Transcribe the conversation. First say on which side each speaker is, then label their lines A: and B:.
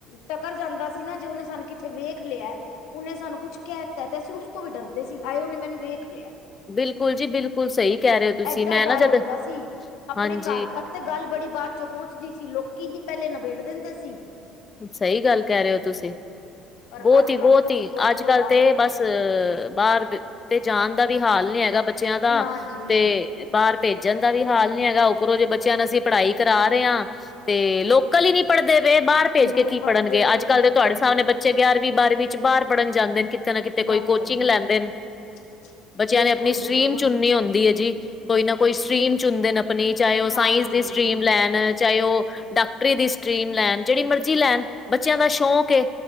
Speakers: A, on the left; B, on the left.
A: ਟਕਰ ਜਾਂਦਾ ਸੀ ਨਾ ਜੇ ਓਨੇ ਸਾਨੂੰ ਕਿੱਥੇ ਵੇਖ ਲਿਆ ਉਹਨੇ ਸਾਨੂੰ ਕੁਛ ਕਹਿ ਤਾਂ ਅਸੀਂ ਉਸ ਤੋਂ ਵੀ ਡਰਦੇ ਸੀ ਹਾਏ ਉਹਨੇ ਮੈਨੂੰ ਵੇਖ ਲਿਆ।
B: ਬਿਲਕੁਲ ਜੀ ਬਿਲਕੁਲ ਸਹੀ ਕਹਿ ਰਹੇ ਹੋ। ਤੁਸੀਂ
A: ਐਡਾ
B: ਮੈਂ
A: ਡਰ
B: ਨਾ ਜਦ
A: ਹੁੰਦਾ ਸੀ। ਆਪਣੇ
B: ਹਾਂਜੀ।
A: ਘਰ ਤੱਕ ਤੇ ਗੱਲ ਬੜੀ ਬਾਅਦ ਚੋਂ ਪਹੁੰਚਦੀ ਸੀ ਲੋਕੀ ਹੀ ਪਹਿਲੇ ਨਬੇੜ ਦਿੰਦੇ ਸੀ।
B: ਸਹੀ ਗੱਲ ਕਹਿ ਰਹੇ ਹੋ ਤੁਸੀਂ।
A: ਪਰ
B: ਬਹੁਤ
A: ਅੱਜ
B: ਹੀ ਬਹੁਤ
A: ਕੱਲ ਤੇ
B: ਹੀ ਅੱਜ,
A: ਬੁਰਾ
B: ਕੱਲ ਤੇ
A: ਹਾਲ
B: ਬਸ
A: ਹੈ
B: ਬਾਹਰ ਤੇ ਜਾਣ ਦਾ ਵੀ ਹਾਲ ਨੀ ਹੈਗਾ ਬੱਚਿਆਂ ਦਾ
A: ਨਾ ਜੀ।
B: ਤੇ ਬਾਹਰ ਭੇਜਣ ਦਾ ਵੀ ਹਾਲ ਨੀ ਹੈਗਾ। ਉੱਪਰੋਂ ਜੇ ਬੱਚਿਆਂ ਨੂੰ ਅਸੀਂ ਪੜ੍ਹਾਈ ਕਰਾ ਰਹੇ ਹਾਂ ਤੇ ਲੋਕਲ ਹੀ ਨੀ ਪੜ੍ਹਦੇ ਵੇ ਬਾਹਰ। ਭੇਜ
A: ਨਹੀਂ
B: ਕੇ ਕੀ ਪੜ੍ਹਨਗੇ
A: ਪੜ੍ਹਦੇ
B: ਅੱਜ,
A: ਨਹੀਂ
B: ਕੱਲ੍ਹ ਦੇ ਤੁਹਾਡੇ
A: ਪੜ੍ਹਦੇ
B: ਸਾਹਣੇ ਬੱਚੇ ਗਿਆਰਵੀ ਬਾਰਵੀਂ ਚ ਬਾਹਰ ਪੜ੍ਹਨ ਜਾਂਦੇ ਨੇ ਕਿਤੇ ਨਾ ਕਿਤੇ। ਤੇ
A: ਜਾਂਦੇ
B: ਕੋਈ ਕੋਚਿੰਗ
A: ਨੇ
B: ਲੈਂਦੇ ਨੇ
A: <unintelligible>
B: ਬੱਚਿਆਂ
A: ਬਿਲਕੁਲ
B: ਨੇ ਅਪਣੀ ਸਟ੍ਰਰੀਮ
A: ਬਿਲਕੁਲ
B: ਚੁਨਨੀ ਹੁੰਦੀ ਏ ਜੀ, ਕੋਈ ਨਾ ਕੋਈ ਸਟ੍ਰੀਮ ਚੁਨਦੇ ਨੇ ਆਪਣੀ ਚਾਹੇ ਓ
A: ਹਾਂਜੀ।
B: ਸਾਇੰਸ ਦੀ ਸਟ੍ਰਰੀਮ ਲੈਨ, ਚਾਏ ਓ ਡਾੱਕਟਰੀ ਦੀ ਸਟ੍ਰਰੀਮ ਲੈਨ ਜਿਹੜੀ ਮਰਜ਼ੀ ਲੈਣ ਬੱਚਿਆਂ ਦਾ ਸ਼ੌਂਕ ਏ,